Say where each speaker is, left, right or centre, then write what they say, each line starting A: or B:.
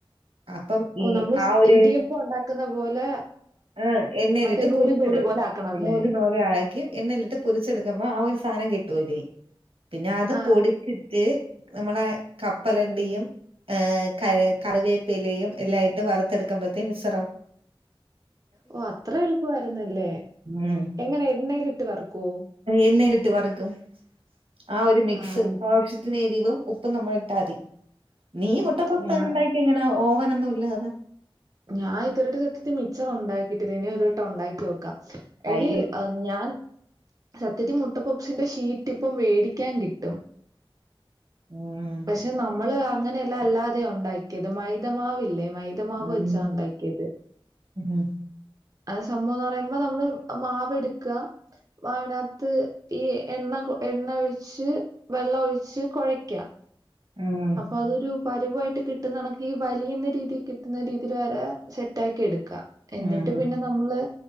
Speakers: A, on the right (about 80°); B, on the right (about 40°).
A: അപ്പം
B: ഓ
A: ഈ
B: നമ്മള് സ്
A: ആ ഒരു
B: ഇടിയപ്പം ഉണ്ടാക്കുന്ന പോലെ
A: ആ എണ്ണയിലിട്ട്
B: മറ്റേ നൂല്
A: പൊരിച്ചട്
B: നൂല് പോലെ ആക്കണമല്ലേ
A: നൂൽ നൂൽ ആക്കി എണ്ണയിലിട്ട് പൊരിച്ചെടുക്കുമ്പോ ആ ഒരു സാധനം കിട്ടൂല്ലേ പിന്നെ അത്
B: ആ
A: പൊടി ച്ചിട്ട് നമ്മളെ കപ്പലണ്ടിയും ആ കറിവേപ്പയിലയും എല്ലായിട്ടും വറുത്തെടുക്കുമ്പഴത്തേനും മിശ്രം
B: ഓ അത്ര എളുപ്പമായിരൂന്നല്ലേ
A: ഉം
B: എങ്ങനെ എണ്ണയിൽ ഇട്ട് വറക്കുവോ?
A: എണ്ണയിലിട്ട് വറക്കും ആ ഒരു മിക്സ്
B: ആഹ്
A: ആ ശ്യത്തിന് ഉപ്പും എറിവും നമ്മൾ ഇട്ടാതി നീ മുട്ട പപ്സ്
B: ഞാ
A: ഉ എങ്ങനെ ഓവനൊന്നും ഇല്ലതാ
B: ഞാൻ ഇത് വരെയായിട്ട് സത്യത്തിൽ മിച്ചർ ഉണ്ടാക്കിട്ടില്ല ഇനി ഒരു വട്ടം ഉണ്ടാക്കി നോക്കാം
A: വൈ.
B: എടി ആ ഞാൻ സത്യത്തി മുട്ടപപ്പ്സിന്റെ ഷീറ്റ് ഇപ്പം വേടിക്കാൻ കിട്ടും.
A: ഉം
B: പക്ഷെ നമ്മള് അങ്ങനെയല്ല അല്ലാതെയ ഉണ്ടാക്കിയത് മൈദമാവില്ലേ മൈ- തമാവ്
A: ഉം
B: വെച്ചാ ഉണ്ടാക്കിയത്.
A: ഉം
B: അത് സംഭവംന്ന് പറയുമ്പോ നമ്മള് മാവ് എടുക്കുക വാ അതിനാത്ത് ഈ എണ്ണ എണ്ണ ഒഴിച്ച് വെള്ളം ഒഴിച്ച് കൊഴയ്ക്ക
A: ഉം
B: അപ്പൊ അതൊരു പരുവായിട്ട് കിട്ടുന്ന കണക്ക് ഈ വലിയുന്ന രീതി കിട്ടുന്ന രീ യില് വരെ സെറ്റ് ആക്കി എടുക്ക എന്നിട്ട്
A: ഉം
B: പിന്നെ നമ്മള്